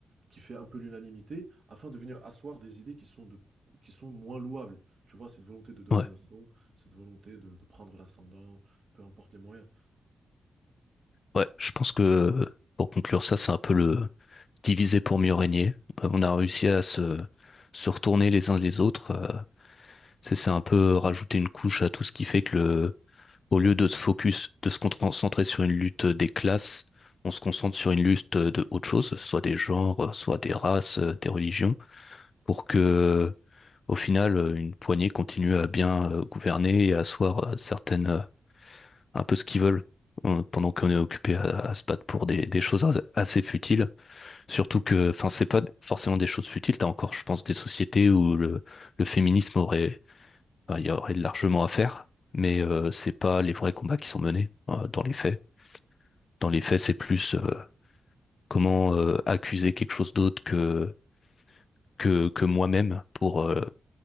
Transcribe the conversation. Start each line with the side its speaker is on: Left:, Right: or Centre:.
Right: qui fait un peu l'unanimité, afin de venir asseoir des idées qui sont de, qui sont moins louables. Tu vois, cette volonté de domination,
Left: ouais.
Right: cette volonté de, de prendre l'ascendant, peu importe les moyens.
Left: Ouais, je pense que euh, pour conclure ça, c'est un peu le diviser pour mieux régner. Euh, On a réussi à se, se retourner les uns les autres. euh, c'est c'est un peu rajouter une couche à tout ce qui fait que le, au lieu de se focus, de se concentrer sur une lutte des classes, on se concentre sur une lutte de autre chose, soit des genres, soit des races, euh, des religions, pour que au final euh, une poignée continue à bien euh, gouverner et à asseoir euh, certaines euh, un peu ce qu'ils veulent euh, pendant qu'on est occupé à, à se battre pour des, des choses as- assez futiles. Surtout que, enfin, c'est pas forcément des choses futiles. T'as encore, je pense, des sociétés où le, le féminisme aurait, enfin, il y aurait largement à faire, mais euh, c'est pas les vrais combats qui sont menés euh, dans les faits. Dans les faits, c'est plus euh, comment euh, accuser quelque chose d'autre que que, que moi-même pour euh,